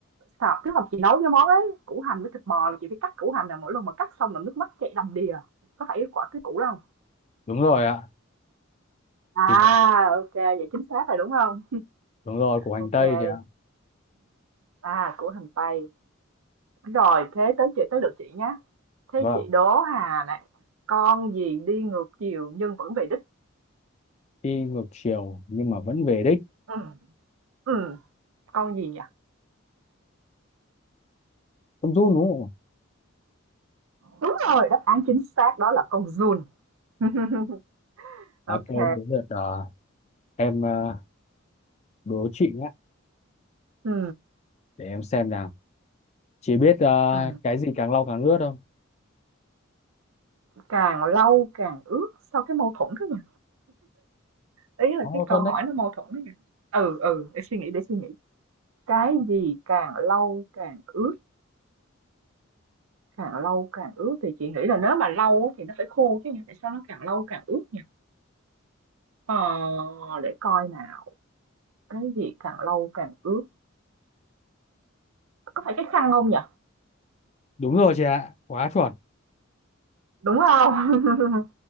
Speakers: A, on the right; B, on the left.
A: xào tức là chị nấu cái món ấy, củ hành với thịt bò là chị phải cắt củ hành là mỗi lần mà cắt xong là nước mắt chảy đầm đìa. Có phải quả cái củ đó hông?
B: Đúng rồi ạ,
A: À,
B: thì nó,
A: ô vậy chính xác rồi, đúng không
B: đúng rồi củ hành
A: ok
B: tây
A: kê,
B: kìa.
A: à, củ hành tây. Rồi, thế tới chị tới lượt chị nhá. Thế
B: Vâng,
A: chị đố Hà này, con gì đi ngược chiều nhưng vẫn về đích? Ừ.
B: đi ngược chiều nhưng mà vẫn về đích.
A: ừ ừ con gì nhỉ?
B: Không run đúng không?
A: Đúng rồi, đáp án chính xác đó là con giun. <laughs> Ok.
B: ạ? À, Ok, đến lượt à, em à, đố chị nhé,
A: ừ
B: để em xem nào. Chị biết à,
A: ừ
B: cái gì càng lau càng ướt không?
A: Càng lâu càng ướt Sao cái mâu thuẫn thế nhỉ? Ý là
B: Nó mâu
A: cái
B: thuẫn
A: câu hỏi
B: đấy.
A: nó mâu thuẫn đấy nhỉ? Ừ, ừ, để suy nghĩ, để suy nghĩ. Cái gì càng lâu càng ướt, càng lâu càng ướt thì chị nghĩ là nếu mà lâu á thì nó phải khô chứ nhỉ? Tại sao nó càng lâu càng ướt nhỉ? Ờ, để coi nào. Cái gì càng lâu càng ướt? Có phải cái khăn không nhỉ?
B: Đúng rồi chị ạ, quá chuẩn.
A: Đúng không? <laughs>